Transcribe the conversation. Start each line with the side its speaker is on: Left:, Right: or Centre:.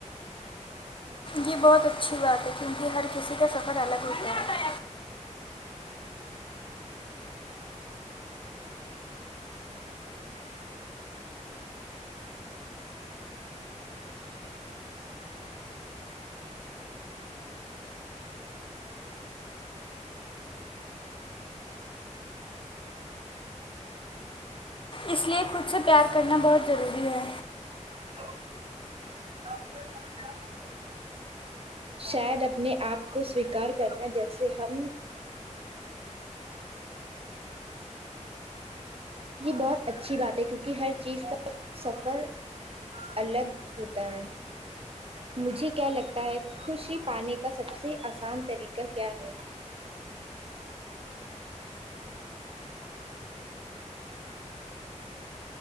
Left: یہ بہت اچھی بات ہے کیونکہ ہر کسی کا سفر الگ ہوتا ہے اس لیے خود سے پیار کرنا بہت ضروری ہے
Right: ہ <inaudible> آ کو <unintelligible> شاید اپنے آپ کو سویکار کرنا جیسے ہم یہ بہت اچھی بات ہے کیونکہ ہر چیز کا سفر الگ ہوتا ہے مجھے کیا لگتا ہے خوشی پانے کا سب سے آسان طریقہ کیا ہے